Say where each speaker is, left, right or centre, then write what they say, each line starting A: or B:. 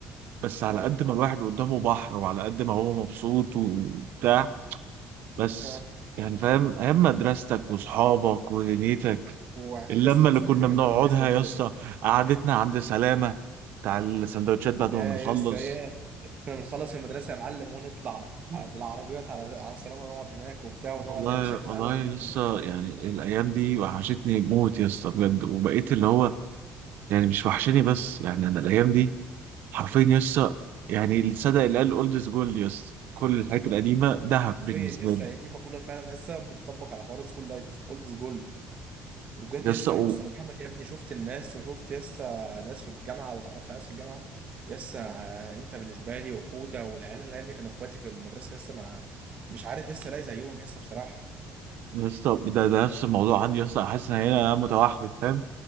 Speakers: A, on the right; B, on the right.
A: بس على
B: ها
A: قد ما الواحد قدامه بحر وعلى قد ما هو مبسوط وبتاع بس
B: ها
A: يعني فاهم ايام مدرستك واصحابك ودنيتك
B: ويا
A: اللمه
B: اسطى تحس
A: اللي كنا
B: انت كان
A: بنقعدها
B: جنبيك عزوة كده
A: يا اسطى قعدتنا عند سلامه بتاع السندوتشات بعد
B: يا
A: ما بنخلص
B: يا اسطى يا كنا بنخلص المدرسة يا معلم ونطلع مم. بالعربيات على على السلامة نقعد هناك وبتاع ونقعد
A: والله
B: يا باشا في
A: والله
B: القهوة اللي
A: لسه
B: جنب البتاع
A: يعني الايام دي وحشتني موت يا اسطى بجد وبقيت اللي هو يعني مش وحشاني بس يعني انا الايام دي حرفيا يسا يعني الصدق اللي قال اولدز جولد يسا كل الحاجات القديمه ذهب
B: حرفيا
A: بالنسبه
B: لسه
A: لي
B: هي دي مقولة فعلا لسه بتطبق على حوار السكول لايف اولد جولد وبجد
A: يسا
B: يسا
A: و...
B: يعني بص انا مهما يا ابني شفت الناس وشفت يسا ناس في الجامعه واتعرفت على ناس في الجامعه يسا آه، انت بالنسبه لي وحوده والعيال اللي يا ابني كانوا اخواتي في المدرسه يسا مع مش عارف يسا الاقي زيهم يسا بصراحه
A: يسا ده, ده نفس الموضوع عندي يسا حاسس ان انا متوحد فاهم